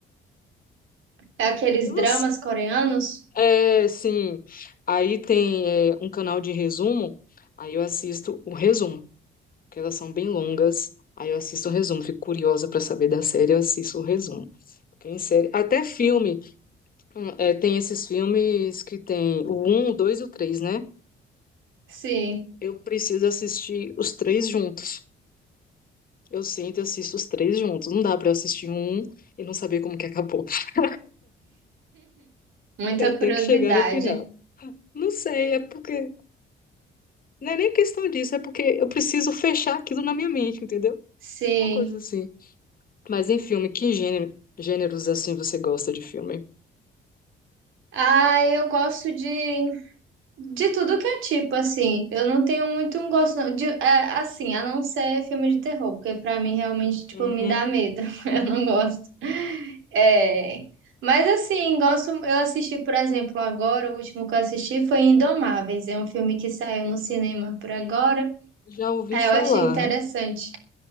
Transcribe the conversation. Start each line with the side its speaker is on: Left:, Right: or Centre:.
Right: É aqueles
Left: Tem umas.
Right: dramas coreanos?
Left: É, sim. Aí tem é, um canal de resumo. Aí eu assisto o resumo, que elas são bem longas. Aí eu assisto o resumo. Fico curiosa para saber da série, eu assisto o resumo. Porque em série. Até filme. É, tem esses filmes que tem o um o 2 e o 3 né?
Right: Sim,
Left: Eu preciso assistir os três juntos. Eu sinto e assisto os três juntos. Não dá pra eu assistir um um e não saber como que acabou. <laughs>
Right: muita
Left: Eu tenho
Right: curiosidade.
Left: que chegar ao final. Não sei, é porque. Não é nem questão disso, é porque eu preciso fechar aquilo na minha mente, entendeu?
Right: Sim.
Left: Uma coisa assim. Mas em filme, que gênero, gêneros assim você gosta de filme?
Right: Ah, eu gosto de De tudo que é tipo, assim, eu não tenho muito um gosto, não, de, é, assim, a não ser filme de terror, porque pra mim realmente, tipo,
Left: Uhum.
Right: me dá medo, <laughs> eu não gosto. É, mas assim, gosto, eu assisti, por exemplo, agora, o último que eu assisti foi Indomáveis, é um filme que saiu no cinema por agora,
Left: Já ouvi
Right: aí
Left: falar.
Right: eu achei interessante,